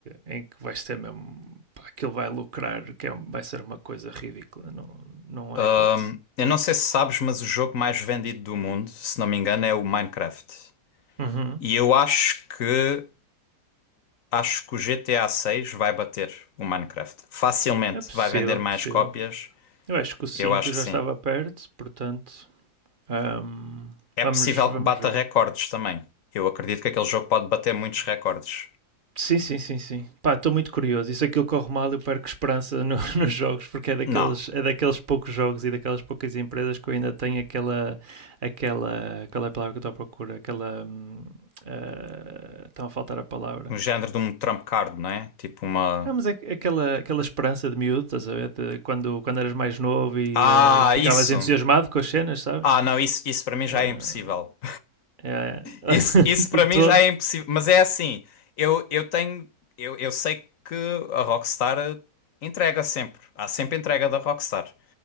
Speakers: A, on the right; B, on the left.
A: em que vai ser mesmo pá, aquilo vai lucrar, que é um- vai ser uma coisa ridícula, não, não
B: Ahm,
A: há hipótese.
B: eu não sei se sabes, mas o jogo mais vendido do mundo, se não me engano, é o Minecraft.
A: Uhum.
B: E eu acho que acho que o GTA 6 vai bater o Minecraft. Facilmente
A: É possível,
B: vai vender mais
A: possível.
B: cópias.
A: Eu acho que o cinco
B: Eu acho que
A: já
B: sim.
A: estava perto, portanto, ahm,
B: É
A: vamos,
B: possível
A: vamos
B: que bata
A: ver.
B: recordes também. Eu acredito que aquele jogo pode bater muitos recordes.
A: Sim, sim, sim, sim. Pá, estou muito curioso. E se aquilo corre mal, eu perco esperança no- <laughs> nos jogos, porque é daqueles,
B: Não,
A: é daqueles poucos jogos e daquelas poucas empresas que eu ainda tenho aquela. aquela qual é a palavra que eu estou à procura? Aquela. hum, ah, estão a faltar a palavra.
B: um género de um trump card, não é? Tipo uma.
A: Não, mas aqu- aquela, aquela esperança de miúdo, estás a ver? De quando, quando eras mais novo e
B: Ah,
A: ah, ficavas
B: isso.
A: entusiasmado com as cenas, sabes?
B: Ah, não, isso, isso para mim
A: Ah,
B: já é impossível.
A: é, <laughs>
B: Isso, isso para
A: de
B: mim
A: todo.
B: já é impossível. Mas é assim, eu, eu tenho. Eu, eu sei que a Rockstar eh, entrega sempre. Há sempre entrega da Rockstar.